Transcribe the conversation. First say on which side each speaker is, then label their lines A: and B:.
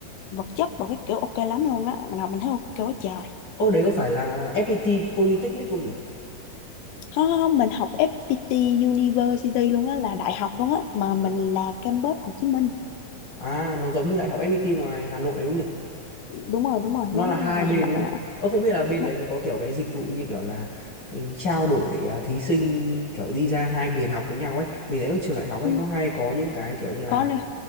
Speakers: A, on the left; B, on the left.
A: vật chất rồi cái kiểu ok lắm luôn á mình học mình thấy ok quá trời
B: ô đấy có phải là FPT Polytechnic không nhỉ
A: không không không, mình học FPT University luôn á là đại học luôn á mà mình
B: à,
A: là campus Hồ Chí Minh
B: à nó giống như đại học FPT ngoài Hà Nội ấy đúng nhỉ
A: đúng rồi đúng rồi
B: nó
A: giống
B: là hai
A: ngày
B: bên
A: Hà
B: đúng
A: Nội
B: không?
A: á
B: Ơ không biết là bên
A: Nó-
B: đấy nó có kiểu cái dịch vụ như kiểu là ừ, trao đổi ờ, thí sinh kiểu đi ra hai miền học với nhau ấy. Mình thấy các trường đại học ấy
A: ừ,
B: nó hay có những cái kiểu như là
A: có nữa